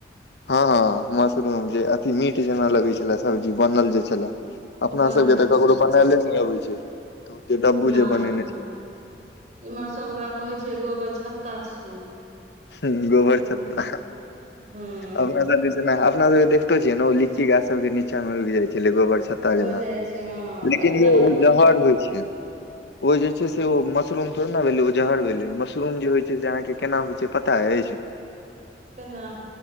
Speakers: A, on the left; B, on the right.
A: हँ हँ मशरूम जे अथी मीट जेना लगे छलै सब्जी बनल जे छले अपना
B: बनल
A: सब के त
B: छलए
A: ककरो बनैले न अबै जे तऽ ओ डब्बू
B: नहि
A: जे बनेने
B: इमहर सब ओकरा कहै छै ऐ गोबर छत्ता छियै।
A: हं गोबर
B: लेकिन
A: छत्ता
B: ओ
A: है
B: हँ
A: अपना सब दिस एना अपना सब जे देखतो छियई न ओ लीची गाछ सब के नीचा मे उगि जाइ छै छलै गोबर छत्ता
B: हो
A: जेना।
B: जाइ छै हँ
A: लेकिन
B: आ जेना
A: यौ
B: एखन
A: ओ
B: पानि
A: जहर होइ छै। ओ जे। <unintelligible> जे छै से ओ मशरूम पर। केना भेल ओजहर भेलै मशरूम जे होइ छै से अहाँ के केना होइ छै। पता ह छै। <unintelligible>
B: केना?